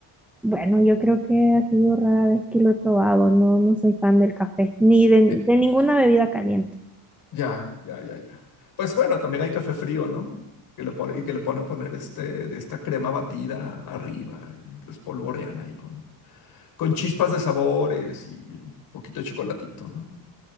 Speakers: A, in the centre; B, on the left.
A: Bueno, yo creo que ha sido rara vez que lo he probado. No, no soy fan del café, ni de,
B: Eh,
A: de ninguna bebida caliente.
B: ya, ya, ya, ya. Pues bueno, también hay café frío, ¿no? Que le pon- y que le ponen poner este, de esta crema batida arriba y los polvorean ahí con, con chispas de sabores y un poquito de chocolatito, ¿no?